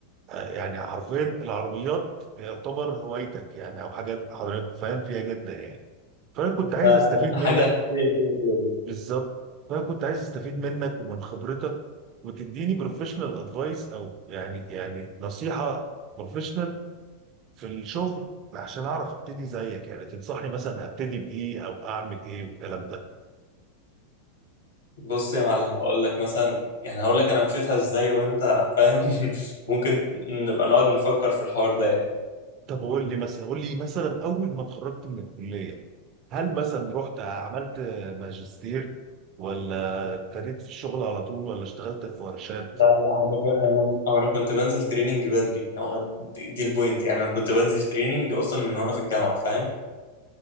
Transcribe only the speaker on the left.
ده
حاجة
أساسية كده كده دي
بص يا معلم هقول لك مثلا يعني هقول لك أنا مشيتها إزاي وأنت فاهم <laughs> ممكن نبقى نقعد نفكر في الحوار ده يعني.
لا لا هو انا كنت- أنا هو أنا كنت بنزل تريننج بدري هو دي دي البوينت يعني أنا كنت بنزل تريننج أصلا من وأنا في الجامعة فاهم